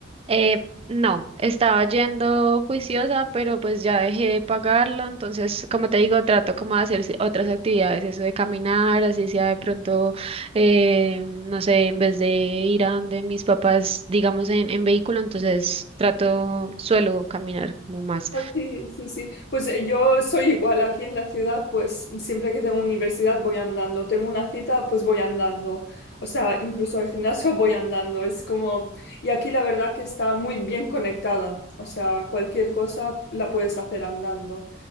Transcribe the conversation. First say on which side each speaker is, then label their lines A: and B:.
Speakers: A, on the right; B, on the left.
A: Eh, no, estaba yendo juiciosa, pero pues ya dejé de pagarlo, entonces, como te digo, trato como de hacer ci- otras actividades, eso de caminar, así sea de pronto, eh, no sé, en vez de ir a donde mis papás, digamos, en, en vehículo, entonces trato, suelo caminar como más.
B: Ah, Sí, sí, sí. Pues eh, yo soy igual aquí en la ciudad, pues siempre que tengo universidad voy andando. Tengo una cita, pues voy andando. O sea, incluso al gimnasio <laughs> voy andando. Es como... Y aquí la verdad que está muy bien conectada. O sea, cualquier cosa la puedes hacer andando.